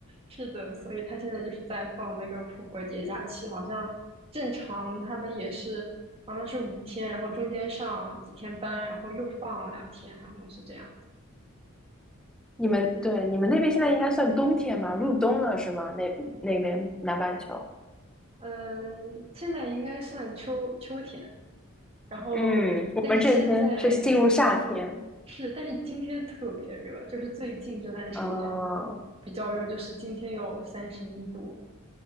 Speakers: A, on the right; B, in the centre.
A: 是的，所以他现在就是在放那个复活节假期，好像正常他们也是，好像是五天，然后中间上几天班，然后又放两天，好像是这样子
B: 你们对你们那边现在应该算冬天吧？入冬了是吗？那那边南半球，
A: 嗯，现在应该算秋秋天，然后但是现在
B: 嗯，我们这边是进入夏天，
A: 是，但是今天特别热，就是最近这段时间
B: 呃，
A: 比较热，就是今天有三十一度，